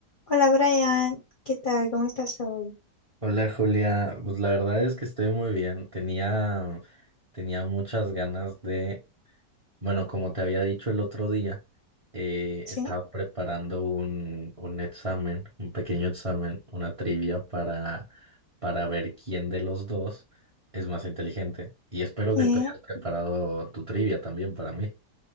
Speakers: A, on the left; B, on the right.
A: Hola Brian, ¿qué tal? ¿Cómo estás hoy?
B: Hola Julia, pues la verdad es que estoy muy bien. Tenía, tenía muchas ganas de, bueno, como te había dicho el otro día, eh,
A: ¿Sí?
B: estaba preparando un, un examen, un pequeño examen, una trivia para, para ver quién de los dos es más inteligente. Y espero que
A: Eh,
B: tú hayas preparado tu trivia también para mí.